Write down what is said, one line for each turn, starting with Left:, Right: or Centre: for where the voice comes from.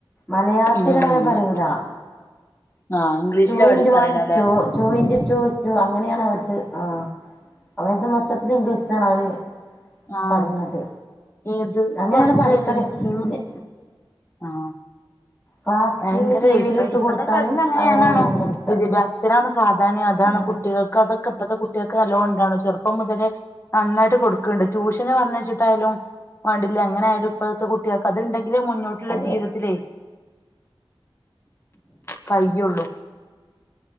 Centre: മലയാളത്തി
Left: ഉം
Centre: അങ്ങനെ പറയൂല.
Left: ആഹ് ഇംഗ്ലീഷ്ല
Centre: ടു
Left: അവര്
Centre: ഇൻറ്റു
Left: പറയണ
Centre: വൺ
Left: അല്ലേ
Centre: two two into two അങ്ങനെയാണ് അവടുത്. ആ അവരത് മൊത്തത്തിൽ ഇംഗ്ലവേഷാണ്. അവര്
Left: ആഹ
Centre: പറഞ്ഞത്
Left: ഇ ഇത്
Centre: അങ്ങനെയാണ്
Left: കൊറച്ച്
Centre: പഠിക്കല്
Left: വരുംന്ന്
Centre: പിന്നെ
Left: ആഹ
Centre: ക്ലാസ്സിലിന്ന്
Left: ഭയങ്കര
Centre: ടി
Left: ഇപ്പ
Centre: വിൽ ഇട്ട്
Left: ഇപ്പഴത്തെ
Centre: കൊടുത്താലും
Left: കാലത്തിൽ അങ്ങനൊണോ
Centre: അവരങ്ങനെയാണ് പഠിക്കുക
Left: വിദ്യാഭ്യാസ അത്തിതിനാണ് പ്രാധാന്യം. അതാണ്
Centre: ആഹ്
Left: കുട്ടികൾക്ക് അതൊെ ഇപ്പഴത്തെ കുട്ടികൾക്ക് നല്ലതോൊണ്ടാണ് ചെറപ്പം മുതലേ നന്നായിട്ട് കൊടുക്കണ്ട്. ട്യൂഷൻ പറഞ്ഞ വെച്ചിട്ടായാലും. വാണ്ടില്ല അങ്ങനെ ആാലും ഇപ്പഴത്തെ കുട്ടികൾക്ക് അത്ണ്ടെങ്കിൽ മുന്നോട്ടുള്ള
Centre: അതെ
Left: ജീവിതത്തിലേ.
Centre: ഇത്
Left: കയ്യള്ളൂ.